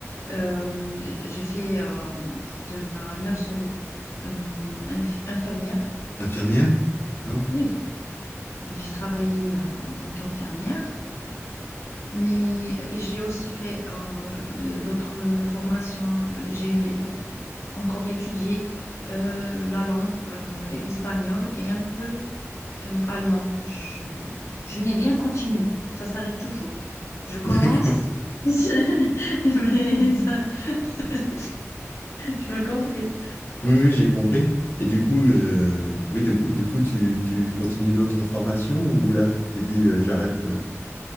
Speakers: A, on the left; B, on the left.
A: euh, j'ai fait euh, de la nurserie euh, inf- infirmière.
B: Infirmière? D'accord.
A: Oui, J'ai travaillé euh, en tant qu'infirmière, mais euh, j'ai aussi fait euh, de- d'autres formations. J'ai encore étudié euh, la langue euh, espagnole et un peu euh, allemand. Je, je n'ai rien continué. Ça s'arrête toujours. Je commence,
B: <laughs> D'accord.
A: <laughs> je- mais ça- <laughs> je m'as compris.
B: Oui, oui, j'ai compris. Et du coup, euh, oui, du coup, du coup, tu, tu continues d'autres formations ou là, tu t'es dit, euh, j'arrête là.